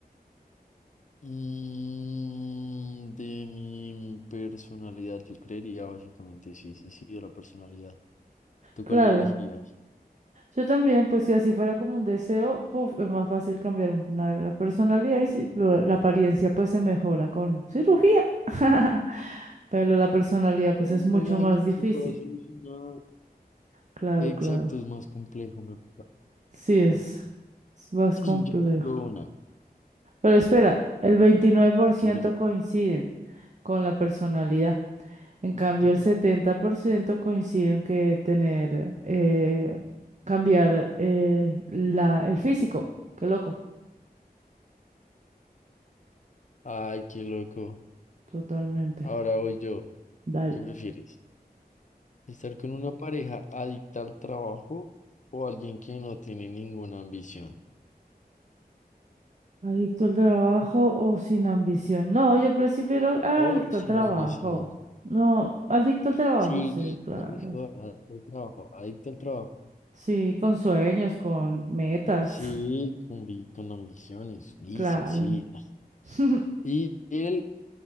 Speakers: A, on the left; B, on the right.
A: Mm, de mi personalidad, yo creería básicamente, sí, sí, sí, de la personalidad. ¿Tú
B: Claro,
A: cuál elegirías?
B: yo también, pues si así fuera como un deseo, puf, es más fácil cambiar la, la personalidad y si lo- la apariencia pues se mejora con cirugía, <laughs> pero la personalidad
A: Sí, Bueno,
B: pues es mucho
A: no hay nada
B: más
A: que no
B: difícil.
A: se pueda solucionar.
B: Claro,
A: Exacto,
B: claro.
A: es más complejo, me
B: Sí,
A: parece.
B: es, es más
A: <clears throat>
B: complejo.
A: Yo tengo una.
B: Pero espera, el 29%
A: ¿Qué prefieres?
B: coinciden con la personalidad. En cambio,
A: ¿Otro?
B: el 70% coinciden que tener, eh, cambiar eh, la, el físico. Qué loco.
A: Ay, qué loco.
B: Totalmente.
A: Ahora voy yo.
B: Dale.
A: ¿Qué prefieres? ¿Estar con una pareja adicta al trabajo o alguien que no tiene ninguna ambición?
B: ¿Adicto al trabajo o sin ambición? No, yo prefiero a-
A: O
B: adicto
A: sin
B: al trabajo.
A: ambición.
B: No, adicto al trabajo,
A: Sí,
B: sí, claro.
A: no mejor jodas, el trabajo, adicto al trabajo.
B: Sí, con sueños, con metas.
A: Sí,
B: <laughs>
A: con, vi- con ambiciones, vicios,
B: Claro.
A: sí.
B: <laughs>
A: Y el